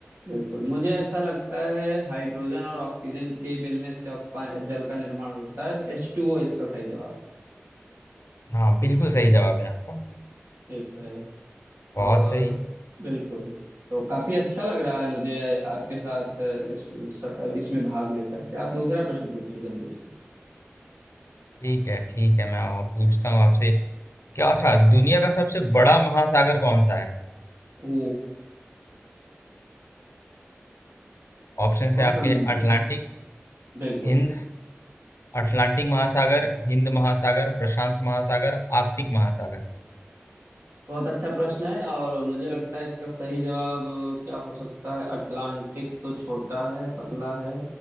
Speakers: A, on the right (about 65°); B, on the left (about 85°).
A: बिल्कुल मुझे ऐसा लगता है हाइड्रोजन और ऑक्सीजन के मिलने से ऑक्पा- जल का निर्माण होता है तो H2O इसका सही जवाब
B: हाँ बिल्कुल सही जवाब है आपका
A: ठीक है
B: बहुत
A: और
B: सही
A: बिल्कुल तो काफी अच्छा लग रहा है मुझे आपके साथ इस इसमें भाग लेकर के आप दूसरा प्रश्न पूछिए जल्दी से
B: ठीक है ठीक है मैं और पूछता हूँ आपसे क्या अच्छा दुनिया का सबसे बड़ा महासागर कौन सा है
A: ओ
B: ऑप्शंस है
A: ऑप्शन
B: आपके
A: दीजिए
B: अटलांटिक
A: बिल्कुल
B: हिंद अटलांटिक महासागर हिंद महासागर प्रशांत महासागर आर्कटिक महासागर
A: बहुत अच्छा प्रश्न है और मुझे लगता है इसका सही जवाब क्या हो सकता है अटलांटिक तो छोटा है पतला है